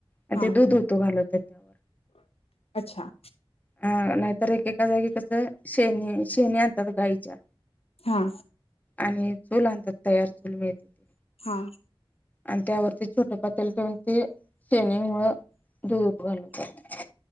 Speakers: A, on the left; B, on the left.
A: आणि
B: हा
A: ते दूध उतु घालवत त्यावर.
B: अच्छा.
A: हा नाहीतर एकेका जागी कसं, शेणी -शेणी आणतात गाईच्या
B: हा,
A: आणि चूल आणतात, तयार चूल मिळते ती.
B: हा,
A: आणि त्यावरती छोटे पातेलं ठेवून ते शेणी मुळं धुप घालवतात.